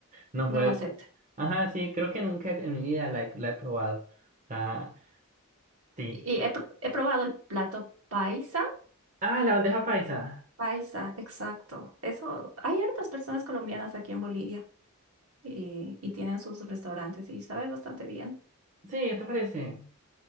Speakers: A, on the right; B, on the right.
A: no
B: no
A: puedo.
B: la acepta.
A: Ajá, sí, creo que nunca en mi vida la he, la he probado. O sea, sí.
B: Y he, pr- he probado el plato paisa.
A: Ah, la bandeja paisa.
B: Paisa, exacto. Eso, hay hartas personas colombianas aquí en Bolivia y, y tienen sus restaurantes y sabe bastante bien.
A: Sí, ¿te parece?